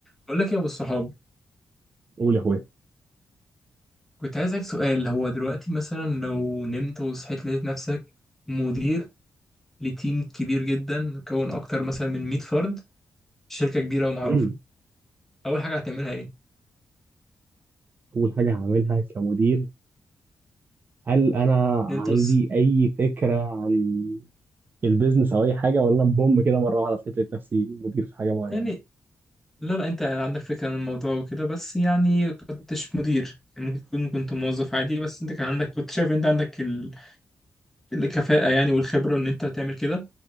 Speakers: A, in the centre; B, on the right.
A: بقول لك يا ابو الصحاب
B: قول يا اخويا
A: كنت عايزك سؤال هو دلوقتي مثلا لو نمت وصحيت لقيت نفسك مدير لتيم كبير جدا مكون اكتر مثلا من 100 فرد شركة كبيرة ومعروفة
B: امم
A: اول حاجة هتعملها ايه
B: اول حاجه هعملها كمدير هل انا عندي
A: نمت وص...
B: اي فكره عن البيزنس او اي حاجه ولا بوم كده مره واحده لقيت نفسي مدير في حاجه معينه
A: يعني لا لا انت عندك فكرة عن الموضوع وكده بس يعني كنتش مدير يعني ممكن تكون كنت موظف عادي بس انت كان عندك كنت شايف انت عندك ال... الكفاءة يعني والخبرة ان انت تعمل كده